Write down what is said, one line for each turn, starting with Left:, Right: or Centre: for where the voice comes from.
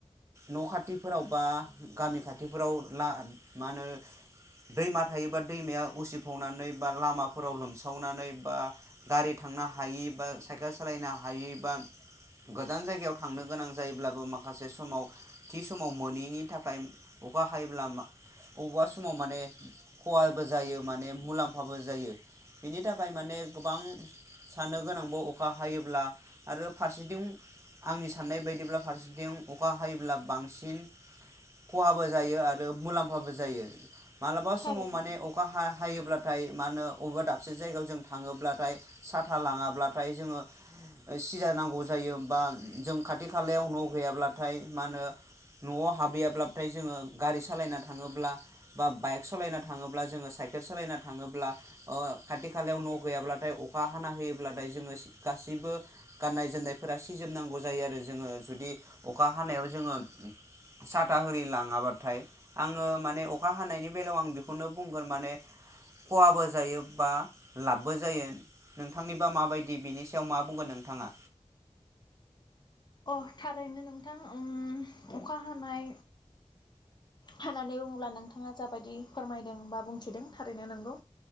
Right: न'खाथिफोराव। बा गामि खाथिफोराव ना मा होनो दैमा थायोबा। दैमाया उसिफावनानै बा लामाफोराव लोमसावनानै बा गारि थांनो हायि बा साइकेल सालायनो हायि बा गोजान जायगायाव थांनो गोनां जायोब्लाबो माखासे समाव। थि समाव मोनिनि थाखाय। टायम अखा हायोब्ला मा अबा समाव माने। खहाबो जायो माने मुलाम्फाबो जायो बिनि थाखाय माने गोबां साननो गोनांबो अखा हायोब्ला। आरो फारसेथिं। आंनि साननाय बायदिब्ला फारसेथिं अखा हायोब्ला बांसिन खहाबो जायो आरो मुलाम खहाबो जायो मा समाव
Left: थारैनो
Right: माने अखा हा हायोब्ला ओमफाय मा होनो अबेबा दाबसे जायगायाव जों थाङोब्लाथाय साथा लाङाब्लाथाय जोङो सिजा नांगौ जायो बा जों खाथि खालायाव न'गैयाब्लाथाय मा होनो न'आव हाबहैयाब्लाथाय जोङो गारि सालायना थाङोब्ला बा बाइक सलायना थाङोब्ला जोङो साइखेल सालायना थाङोब्ला ओ खाथि खालायाव नं गैयाब्लाथाय अखा हाना होयोब्लाथाय जोङो सि गासिबो गाननाय जोमनायफोरा सिजोब नांगौ जायो आरो जोङो जुदि अखा हानायाव जों साथा होरि लाङाबाथाय आङो माने अखा हानायनि बेयाव आं बेखौनो बुंगोन माने खहाबो जायो बा लाबबो जायो नोंथांनिबा माबायदि बेनि सायाव मा बुंगोन नोंथाङा?
Left: अ थारैनो नोंथां अम अखा हानाय होननानै बुङोब्ला नोंथाङा जाबायदि फोरमायदों बा बुंथिदों थारैनो नोंगौ‌